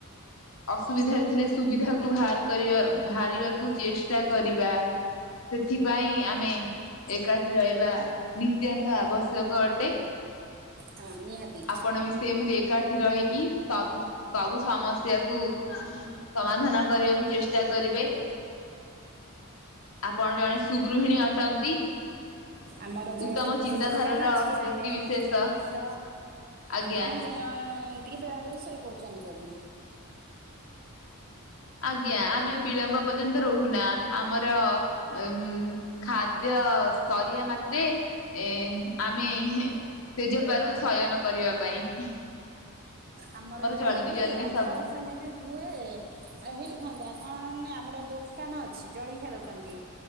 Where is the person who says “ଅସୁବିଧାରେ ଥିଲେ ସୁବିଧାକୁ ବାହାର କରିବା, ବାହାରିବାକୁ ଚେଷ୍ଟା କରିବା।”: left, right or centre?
Left